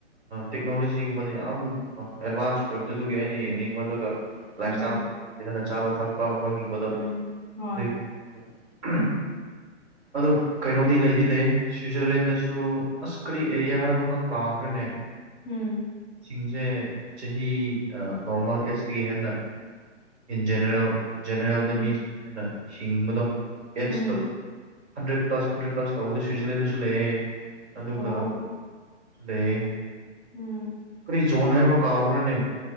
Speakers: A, on the right; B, on the left.
A: ꯇꯦꯛꯅꯣꯂꯣꯖꯤꯒꯨꯝꯕꯗ ꯌꯥꯝ ꯑꯦꯗꯚꯥꯟꯁ ꯑꯣꯏꯕꯗꯨꯗꯨꯒꯤ ꯑꯩꯅ ꯌꯦꯡꯅꯤꯡꯕ ꯑꯗꯨꯒ ꯂꯥꯏꯞꯁꯇꯥꯏꯜꯗꯅ
B: ꯎꯝ
A: ꯆꯥꯕ ꯊꯛꯄꯒꯨꯝꯕ ꯍꯤꯡ ꯝꯕꯗꯣ
B: ꯎꯝ ꯍꯣꯏ
A: ꯑꯗꯨꯗ
B: <inaudible>
A: ꯑꯗꯨ ꯀꯩꯅꯣꯗꯤ ꯂꯩꯗꯤ ꯂꯩ ꯁ꯭ꯋꯤꯖꯔꯂꯦꯟꯗꯁꯨ ꯑꯁ ꯀꯔꯤ ꯑꯦꯔꯤꯌꯥ ꯍꯥꯏꯕ ꯈꯪ ꯀꯥꯎꯈ꯭ꯔꯦꯅꯦ
B: ꯎꯝ
A: ꯁꯤꯡꯁꯦ ꯆꯍꯤ ꯅꯣꯔꯃꯦꯜ ꯑꯦꯖꯇꯤ ꯍꯦꯟꯅ ꯏꯟ ꯖꯦꯅꯔꯦꯜ ꯖꯦꯅꯔꯦꯜꯗ
B: ꯎꯝ
A: ꯃꯤꯅ ꯍꯤꯡꯕꯗꯣ ꯑꯦꯁꯇꯣ꯫
B: ꯎꯝ
A: ꯍꯟꯗ꯭ꯔꯦꯠ ꯄ꯭ꯂꯁ ꯍꯟꯗ꯭ꯔꯦꯠ ꯄ꯭ꯂꯁ ꯇꯧꯕꯗ ꯁ꯭ꯋꯤꯠꯖꯔꯂꯦꯟꯗꯁꯨ ꯂꯩꯌꯦ ꯑꯗꯨꯒ
B: ꯑꯣ
A: ꯂꯩ
B: ꯎꯝ
A: ꯀꯔꯤ ꯖꯣꯟ ꯍꯥꯏꯕ꯭ꯔꯥ ꯀꯥꯎꯈ꯭ꯔꯅꯦ